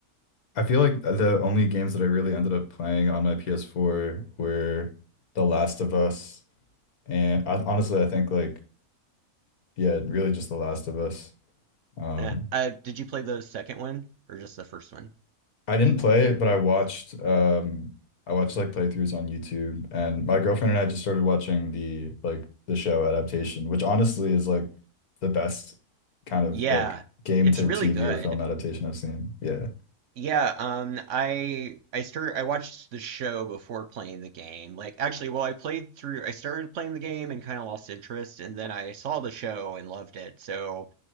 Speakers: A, on the left; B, on the right.
A: I feel like the only games that I really ended up playing on my PS4 were The Last of Us, and I, honestly, I think like yeah, really just The Last of Us. Um,
B: Uh, uh did you play the second one or just the first one?
A: I didn't play it, but I watched um I watched like playthroughs on YouTube and my girlfriend and I just started watching the like the show adaptation, which honestly is like the best kind of
B: Yeah,
A: like game
B: it's
A: to
B: really
A: TV
B: good.
A: or film adaptation I've seen. Yeah.
B: Yeah, um, I I started I watched the show before playing the game. Like actually, well, I played through I started playing the game and kind of lost interest, and then I saw the show and loved it. So